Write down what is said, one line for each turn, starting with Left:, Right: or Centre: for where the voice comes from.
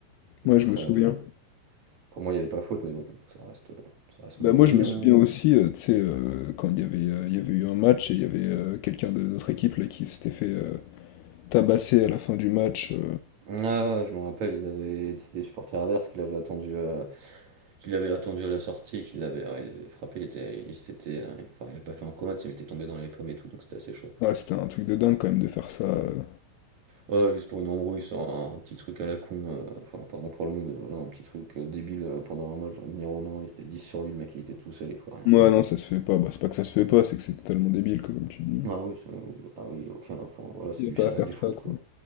Left: Moi,
Right: Après,
Left: je me souviens.
Right: euh, pour moi, il n'y avait pas faute, mais bon, ça reste, ça reste
Left: Bah,
Right: mon
Left: moi,
Right: opinion.
Left: je me souviens aussi, euh, tu sais, euh, quand il y avait, euh, il y avait eu un match et il y avait euh, quelqu'un de notre équipe là, qui s'était fait euh, tabasser à la fin du match. euh.
Right: Ah ouais, je me rappelle, ils avaient, c'est des supporters adverses qui l'avaient attendu, euh, qui l'avaient attendu à la sortie, qui l'avaient, euh, ils l'avaient frappé, il était, il s'était, euh, enfin, il n'avait pas fait un coma, tu sais, mais il était tombé dans les pommes et tout, donc c'était assez chaud.
Left: Ah, c'était un truc de dingue quand même de faire ça. euh.
Right: Ouais, juste pour une embrouille sur un, petit truc à la con, euh, enfin, pardon pour le mot, mais voilà, un petit truc euh, débile euh, pendant un match, on venir au il était 10 sur lui, le mec, il était tout seul, il pouvait rien
Left: Ouais,
Right: faire.
Left: non, ça se fait pas. Bah, c'est pas que ça se fait pas, c'est que c'est totalement débile, quoi, comme tu dis.
Right: Ah oui, c'est- ah oui, aucun, enfin, voilà, c'est
Left: Il n'y
Right: du,
Left: a pas
Right: ça
Left: à faire
Right: reste du foot,
Left: ça, quoi.
Right: quoi.